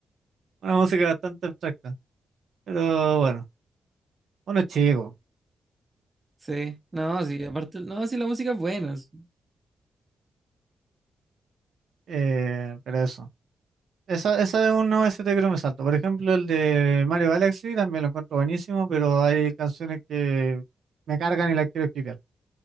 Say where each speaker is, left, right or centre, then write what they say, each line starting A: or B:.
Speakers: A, on the right; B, on the right.
A: Una música bastante abstracta. Pero bueno, uno es chico.
B: sí. No, sí, aparte, no, sí, la música es buena. s-
A: Eh, pero eso. Esa, esa es uno de ST que no me salto. Por ejemplo, el de Mario Galaxy también lo encuentro buenísimo, pero hay canciones que me cargan y las quiero skipear.